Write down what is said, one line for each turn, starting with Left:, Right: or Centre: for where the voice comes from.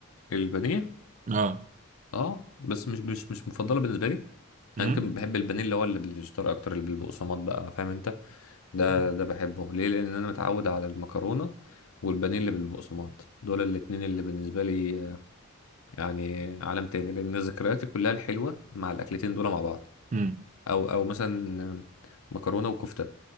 Left: البانيه
Right: اه
Left: اه بس مش مش مش مفضله بالنسبه لي
Right: امم
Left: انا يمكن بحب البانيه اللي هو اللي بالفيجيتار اكتر اللي بالبقسماط بقى فاهم انت مم. ده ده بحبه ليه لان انا متعود على المكرونه والبانيه اللي بالبقسماط دول الاتنين اللي بالنسبه لي آه، يعني عالم تاني لان ذكرياتي كلها الحلوه مع الاكلتين دول مع بعض
Right: امم
Left: او او مثلا آه، مكرونه وكفته